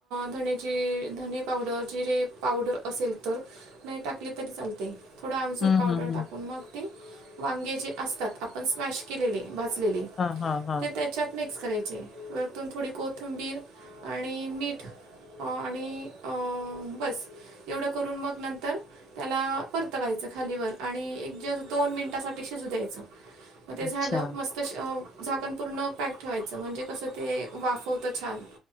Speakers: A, on the right (about 90°); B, on the left (about 40°).
A: धणेची धणे पावडर जिरे पावडर असेल तर नाही टाकले तरी चालते... थोडं आमचूर
B: हं,
A: पावडर
B: हं, हं.
A: टाकून मग ते वांगे जे असतात आपण स्मॅश केलेले... भाजलेली
B: हां, हां, हां.
A: ते त्याच्यात म.. करायचे वरतून थोडी कोथंबीर आणि मीठ... आणि बस एवढं करून मग नंतर त्याला परतवायचं. खालीवर आणि एक ज दोन मिनिटासाठी शिजू द्यायचं मग ते
B: अच्छा.
A: झालं मस्त.. झाकण पूर्ण पॅक ठेवायचं म्हणजे कसं ते वाफवत छान...